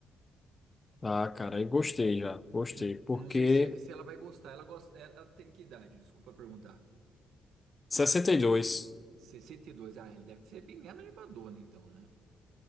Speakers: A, on the left; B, on the right.
A: Ah, cara, aí gostei já, gostei,
B: N-
A: porque
B: Não sei se, se ela vai gostar. Ela gosta. é, Ela tem que idade? Desculpa perguntar.
A: 62,
B: 62. Ah, ela deve ser bem animadona, então, né?